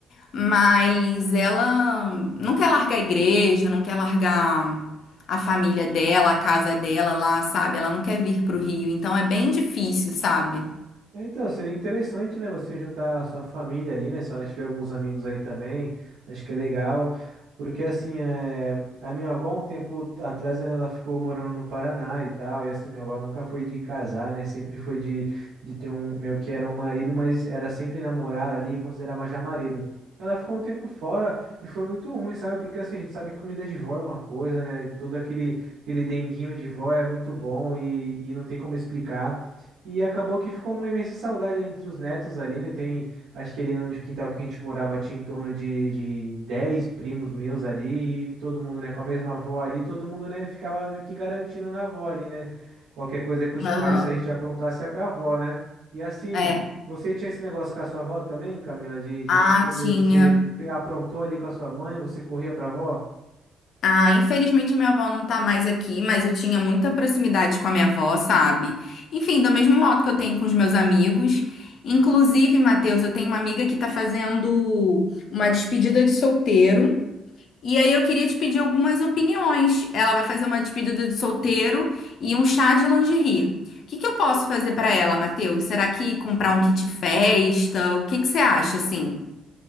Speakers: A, on the left; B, on the right.
A: mas ela não quer largar a igreja, não quer largar a família dela, a casa dela lá, sabe? Ela não quer vir pro Rio, então é bem difícil, sabe?
B: É, Então, seria interessante, né, você juntar a sua família ali, né, se ela tiver alguns amigos aí também, acho que é legal, porque assim, é, a minha avó um tempo atrás, né, ela ficou morando no Paraná e tal, e assim, minha avó nunca foi de casar, né, sempre foi de, de ter um, meu que era um marido, mas era sempre namorar ali e considerava já marido. Ela ficou um tempo fora e foi muito ruim, sabe? Porque assim, a gente sabe que comida de vó é uma coisa, né? Todo aquele, aquele denguinho de vó é muito bom e, e não tem como explicar. E acabou que ficou uma imensa saudade entre os netos ali, né? Tem, acho que ali onde o quintal que a gente morava tinha em torno de, de 10 primos meus ali, e todo mundo, né, com a mesma avó ali, todo mundo, né, ficava meio que garantindo na avó ali, né? Qualquer coisa que os
A: Aham.
B: pais, se a gente aprontasse, é com a avó, né? E assim,
A: É.
B: você tinha esse negócio com a sua avó também, Camila, de, de
A: Ah,
B: você,
A: tinha.
B: você aprontou ali com a sua mãe, você corria pra avó?
A: Ah, infelizmente minha avó não tá mais aqui, mas eu tinha muita proximidade com a minha avó, sabe? Enfim, do mesmo modo que eu tenho com os meus amigos. Inclusive, Matheus, eu tenho uma amiga que tá fazendo uma despedida de solteiro. E aí eu queria te pedir algumas opiniões. Ela vai fazer uma despedida de solteiro e um chá de lingerie. O que que eu posso fazer pra ela, Matheus? Será que comprar um kit festa? O que que você acha, assim?